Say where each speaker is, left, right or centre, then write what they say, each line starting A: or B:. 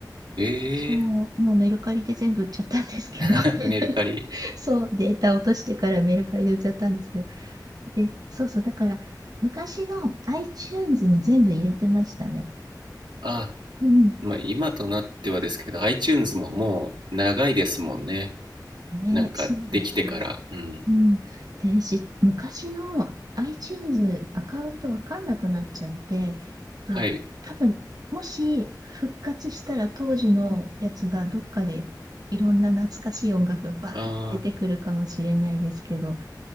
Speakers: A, on the right (about 85°); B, on the right (about 60°).
A: え
B: そう、もうメルカリで全部売っちゃったんですけど
A: ー、
B: <laughs>
A: <laughs> メルカリ
B: そう、データ落としてからメルカリで売っちゃったんですけど、で、そうそう、だから昔の iTunes に全部入れてましたね。
A: あ
B: うん。
A: まあ今となってはですけど iTunes ももう長いですもんね
B: ね、
A: なんかできてから、
B: そうですね。
A: うん、
B: うん。で、し、昔の iTunes アカウントわかんなくなっちゃって、で、
A: はい、
B: 多分、もし復活したら当時のやつがどっかでいろんな懐かしい音楽がバーって出てくるかもしれないですけど、
A: あ